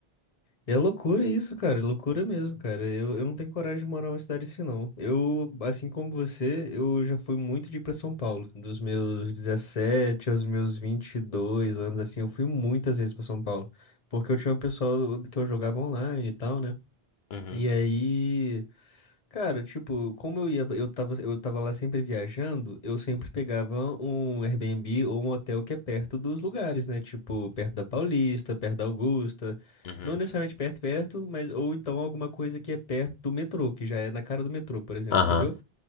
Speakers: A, on the left; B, on the left.
A: é loucura isso, cara. É loucura mesmo, cara. Eu, eu não tenho coragem de morar numa cidade assim, não. Eu, assim como você, eu já fui muito de ir pra São Paulo. Dos meus 17 aos meus 22 anos, assim, eu fui muitas vezes pra São Paulo. Porque eu tinha um pessoal que eu jogava online e tal, né?
B: Uhum,
A: E aí. Cara, tipo, como eu ia, eu tava, eu tava lá sempre viajando, eu sempre pegava um Airbnb ou um hotel que é perto dos lugares, né? Tipo, perto da Paulista, perto da Augusta.
B: uhum,
A: Não necessariamente perto, perto, mas ou então alguma coisa que é perto do metrô, que já é na cara do metrô, por exemplo,
B: aham.
A: entendeu?